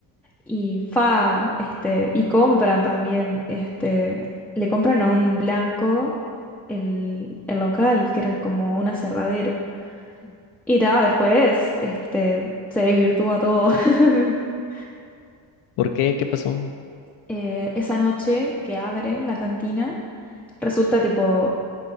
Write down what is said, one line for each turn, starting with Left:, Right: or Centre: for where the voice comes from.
Centre: y fa, este, y compran también, este, le compran a un blanco el, el local, que eran como un aserradero. Y ta, después, este, se desvirtúa todo. <laughs>
Left: ¿Por qué? ¿Qué pasó?
Centre: Eh, esa noche que abren la cantina, resulta tipo